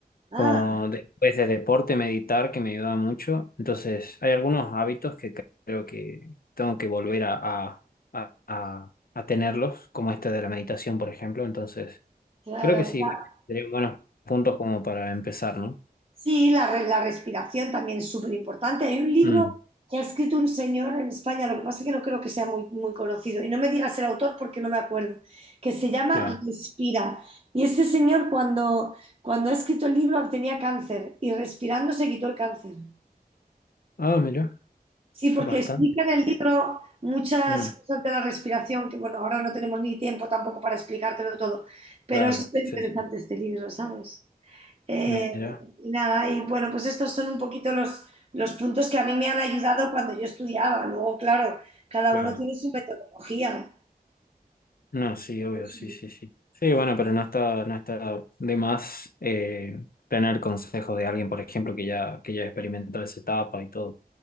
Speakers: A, on the right; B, on the left.
A: Ah,
B: como después de deporte meditar, que me ayudaba mucho. Entonces, hay algunos hábitos que creo que tengo que volver a, a, a, a- a tenerlos, como este de la meditación, por ejemplo. Entonces,
A: claro,
B: creo que sí,
A: claro.
B: creo que serían buenos puntos como para empezar, ¿no?
A: Sí, la, re- la respiración también es súper importante. Hay un libro
B: Mm,
A: que ha escrito un señor en España, lo que pasa es que no creo que sea muy, muy conocido. Y no me digas el autor porque no me acuerdo, que se llama
B: claro.
A: Respira. Y este señor cuando, cuando ha escrito el libro tenía cáncer y respirando se quitó el cáncer.
B: Ah, mira,
A: Sí, porque
B: bastante.
A: explica en el libro muchas
B: Mm,
A: cosas de la respiración, que bueno, ahora no tenemos ni tiempo tampoco para explicártelo todo, pero
B: claro,
A: es súper
B: sí,
A: interesante
B: sí.
A: este libro, ¿sabes? Eh,
B: Mira.
A: y nada, y bueno, pues estos son un poquito los, los puntos que a mí me han ayudado cuando yo estudiaba. Luego, claro, cada
B: Claro.
A: uno tiene su metodología.
B: No, sí, obvio,
A: Sí,
B: sí, sí, sí. Sí, bueno, pero no está, no está de más eh, tener consejos de alguien, por ejemplo, que ya, que ya experimentó esa etapa y todo.